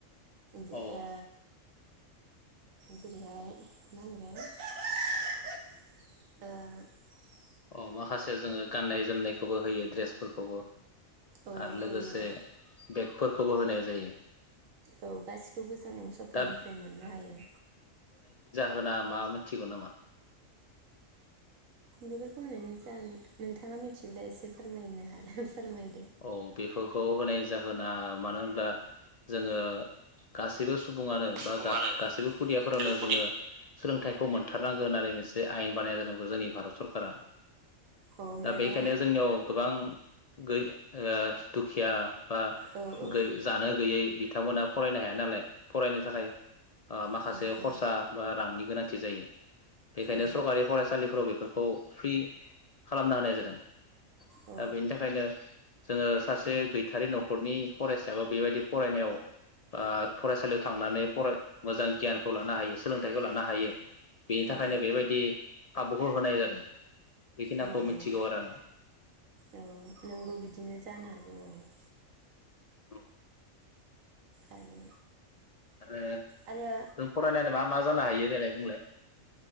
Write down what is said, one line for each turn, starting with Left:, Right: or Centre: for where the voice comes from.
Right: जे
Left: औ
Right: ओ जेरैहाय मा होनगोन <unintelligible>
Left: अ माखासे जोङो गाननाय जोमनायखौबो होयो ड्रेसफोरखौबो
Right: औ
Left: आरो
Right: होयो
Left: लोगोसे बेगफोरखौबो होनाय जायो
Right: औ गासिखौबो जों सरखारनिफ्राय
Left: दा
Right: मोननो हायो
Left: होना मा मिथिगौ नामा
Right: बेफोरखौ होननो जा नोंथाङा मिथियोब्ला एसे फोरमायनो हाला फोरमायनो
Left: औ बेफोरखौ होनाय जाहोना मानो होनब्ला जोङो गासैबो सु सुबुङानो बा
Right: सुबुङानो
Left: गा गासैबो खुदियाफोरावनो
Right: जेबो खुदि
Left: जोङो सोलोंथाइ समान थारनांगो होननानै मोनसे आयेन बानायनाय जादोंमोन बो जोंनि भारत सरकारा
Right: औ
Left: दा
Right: माने
Left: बेखायनो जोंनियाव गोबां गैय ओ दुखिया बा
Right: औ औ
Left: गै जानो गैयै बिथांमोना फरायनो हाया नालाय फरायनो थाखाय माखासे
Right: उम उम
Left: खरसा बा रांनि गोनांथि जायो बेखायनो
Right: औ
Left: सरकारि फरायसालिफोराव बेफोरखौ फ्रि खालामना होनाय जादों
Right: औ
Left: दा बेनि थाखायनो ओ सासे गैथारि न'खरनि फरायसायाबो बेबायदि फरायनायाव ओ फरायसालियाव थांनानै फराय मोजां गियानखौ लानो हायो सोलोंथाइखौ लानो हायो बेनि
Right: औ
Left: थाखायनो बेबायदि खाबुखौ होनाय जादों बेखिनाखौ
Right: औ
Left: मिथिगौ आरो आङो
Right: औ नोंगौ बिदिनो जानो हागौ औ
Left: आङो
Right: आरो
Left: आरो
Right: आरो
Left: जों फरायनायनानै मा मा जानो हायो देलाय बुंलाय